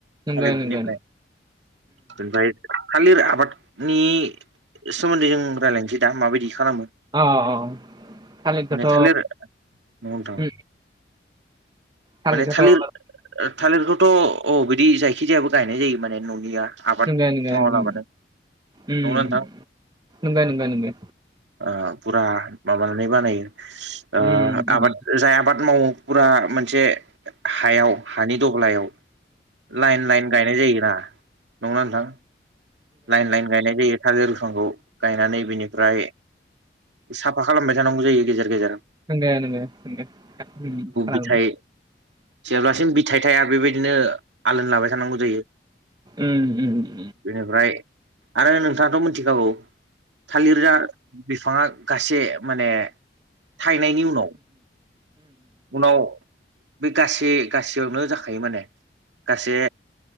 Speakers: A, on the right; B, on the right.
A: नोंगो
B: थालिरनिफ्राय
A: नोंगो
B: ओमफ्राय थालिर आबादनि सोमोनदै जों रायजलायनोसै दा माबायदि खालामो माने
A: अ अ थालिरखौथ'
B: थालिर नंगौ नोंथां
A: उम थालिरखौथ'
B: माने थालिर ओ थालिरखौथ' अ बिदि जायखिजायाबो गायनाय जायो माने न'निया आबाद
A: नंगौ नंगो
B: मावालाबानो
A: नंगौ उम
B: नंगौना नोंथां
A: नंगौ नंगौ नंगौ
B: ओ फुरा माबानानै बानायो ओ
A: उम उम
B: आबाद जाय आबाद मावो फुरा मोनसे हायाव हानि दब्लायाव लाइन लाइन गायनाय जायोना नंगौना नोंथां लाइन लाइन गायनाय जायो थालेर बिफांखौ गायनानै बिनिफ्राय साफा खालामबाय थानांगौ जायो गेजेर गेजेराव
A: नोंगो नोंगो नोंगो उम
B: बिथाइ जेब्लासिम बिथाइ थाया बेबायदिनो आलो लाबाय थानांगौ जायो
A: ओम ओम
B: बेनिफ्राय आरो नोंथाङाथ' मिथिखागौ थालिर जा बिफाङा गासै माने थाहनायनि उनाव उनाव बे गासै गासैयावनो जाखायो माने गासै